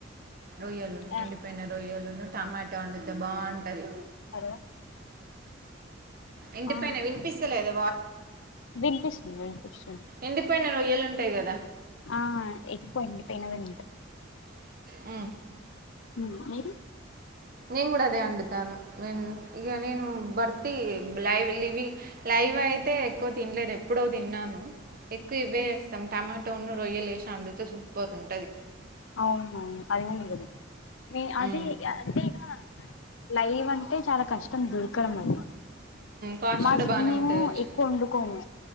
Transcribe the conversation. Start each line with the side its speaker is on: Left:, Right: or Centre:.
Right: రొయ్యలు
Left: ఆ
Right: ఎండిపోయిన రొయ్యలును టమాటో వండితే బాగుంటది
Left: హలో
Right: ఇంటిపైనా
Left: ఆ
Right: వినిపిస్తలేదు
Left: వినిపిస్తుంది వినిపిస్తు
Right: ఎండిపోయిన రొయ్యలు ఉంటాయి కదా
Left: ఆ ఎకువండి పెన వేదాన్ట
Right: ఉ
Left: ఉ మీరు
Right: నేను కూడా అదే అండుతాను నిను ఇగ నిను బర్ లైవ్ లివింగ్ లైవ్ అయితే ఎక్కువ తినలేదు ఎప్పుడో తిన్నాను ఎక్కువ ఇవ్వే వేస్తాం టమాటోన్న రొయ్యలే వేసి వండితే సూపర్ ఉంటది
Left: అవును అది గూడ నిజమే ఉ అదే
Right: ఉమ్
Left: అదేగ లైవ్ అంటే చాలా కష్టం దొరకడం అండి
Right: కాస్ట్
Left: మా
Right: కూడా
Left: స్
Right: బాగానే
Left: మేము
Right: ఉంటది వచ్చు
Left: ఎక్కువ వండుకోము